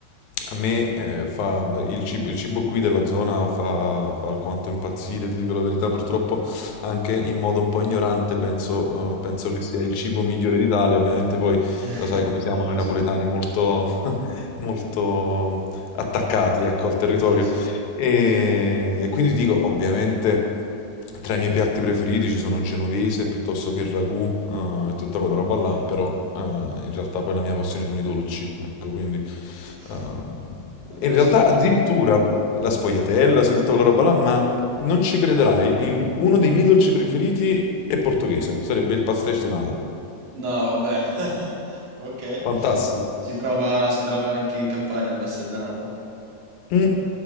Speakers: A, on the left; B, on the right.
A: a me eh, fa il cibo, il cibo qui della zona fa, fa alquanto impazzire, ti dico la verità, purtroppo anche in modo un po' ignorante penso, eh, penso che sia il cibo migliore d'Italia, ovviamente poi
B: <laughs>
A: lo sai come siamo
B: No,
A: noi
B: no,
A: napoletani,
B: sono d'accordo.
A: molto, <laughs> molto attaccati ecco, al territorio.
B: Sì, sì,
A: E, e quindi ti dico, ovviamente, tra i miei piatti preferiti ci sono genovese piuttosto che il ragù eh, e tutta quella roba
B: ok.
A: là, però eh, in realtà poi la mia passione sono i dolci, ecco, quindi...
B: Uff,
A: eh,
B: una
A: e
B: bella
A: in realtà
B: sfogliatella.
A: addirittura la sfogliatella, sì, tutta quella roba là, ma non ci crederai, il- uno dei miei dolci preferiti è portoghese, sarebbe il pastéis de nata.
B: No, vabbè. <laughs> Ok.
A: Fantastico.
B: Si trova, si trova anche in campagna a Passeldenata?
A: Mm.